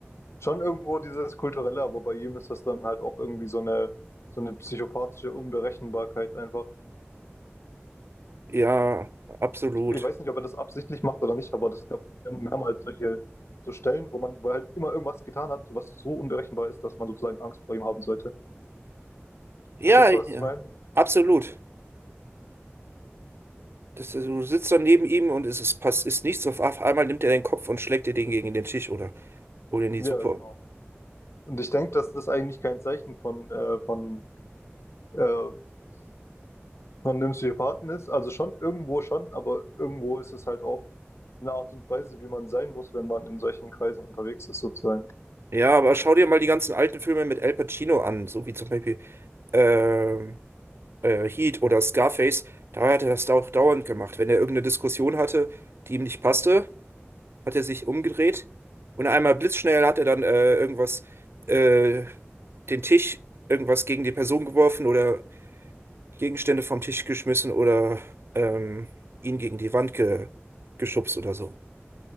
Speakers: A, on the left (about 70°); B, on the right (about 60°).
A: schon irgendwo dieses Kulturelle, aber bei jedem ist das dann halt auch irgendwie so eine, so eine psychopathische Unberechenbarkeit einfach.
B: Ja, absolut.
A: Ich, ich weiß nicht, ob er das absichtlich macht oder nicht, aber das gab mehrmals solche so Stellen, wo man, wo er halt immer irgendwas getan hat, was so unberechenbar ist, dass man sozusagen Angst vor ihm haben sollte.
B: Ja,
A: Verstehst
B: ja,
A: du, was ich meine?
B: absolut. Das, du sitzt dann neben ihm und es ist, pass, ist nichts. Auf einmal nimmt er den Kopf und schlägt dir den gegen den Tisch, oder? Hol in die
A: Ja,
B: Suppe.
A: genau. Und ich denke, dass das eigentlich kein Zeichen von, äh, von äh, von einem Psychopathen ist, also schon irgendwo schon, aber irgendwo ist es halt auch eine Art und Weise, wie man sein muss, wenn man in solchen Kreisen unterwegs ist, sozusagen.
B: Ja, aber schau dir mal die ganzen alten Filme mit Al Pacino an, so wie zum Beispiel ähm, äh, Heat oder Scarface. Da hat er das auch dauernd gemacht. Wenn er irgendeine Diskussion hatte, die ihm nicht passte, hat er sich umgedreht und einmal blitzschnell hat er dann äh, irgendwas, äh, den Tisch, irgendwas gegen die Person geworfen oder Gegenstände vom Tisch geschmissen oder ähm, ihn gegen die Wand ge geschubst oder so.